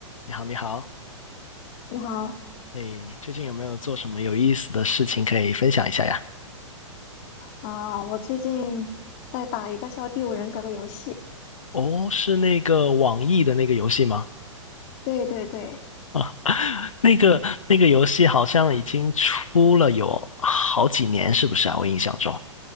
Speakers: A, on the left; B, on the left.
A: 你好，你好，
B: 你好
A: 哎，最近有没有做什么有意思的事情可以分享一下呀？
B: 啊，我最近在打一个叫《第五人格》的游戏。
A: 哦，是那个网易的那个游戏吗？
B: 对对对，
A: 啊，<laughs> 那个那个游戏好像已经出了有好几年，是不是啊？我印象中，